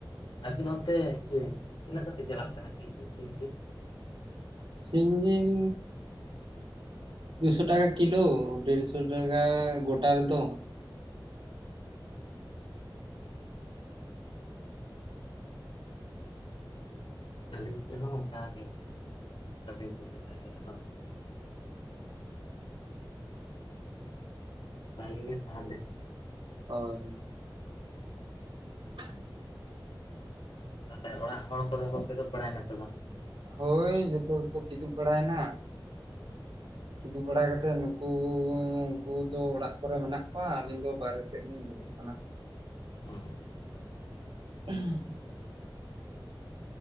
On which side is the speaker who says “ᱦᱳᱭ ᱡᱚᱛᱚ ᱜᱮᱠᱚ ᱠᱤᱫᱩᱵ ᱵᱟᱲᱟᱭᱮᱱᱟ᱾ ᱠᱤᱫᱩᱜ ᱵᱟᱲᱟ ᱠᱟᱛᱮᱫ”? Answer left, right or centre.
Right